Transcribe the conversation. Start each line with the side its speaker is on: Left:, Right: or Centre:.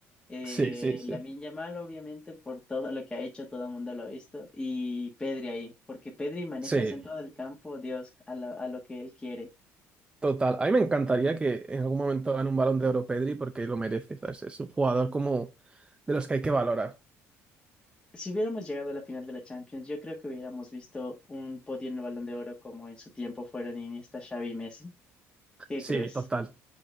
Left: Eh,
Right: Sí, sí, sí.
Left: Lamine Yamal, obviamente, por todo lo que ha hecho, todo el mundo lo ha visto. Y Pedri ahí, porque Pedri maneja
Right: Sí.
Left: el centro del campo, Dios, a la- a lo que él quiere.
Right: Total, a mí me encantaría que en algún momento gane un balón de oro Pedri porque lo merece, ¿sabes? Es un jugador como de los que hay que valorar.
Left: Si hubiéramos llegado a la final de la Champions, yo creo que hubiéramos visto un podio en el Balón de Oro como en su tiempo fueron Iniesta, Xavi y Messi. ¿Qué
Right: Sí,
Left: crees?
Right: total,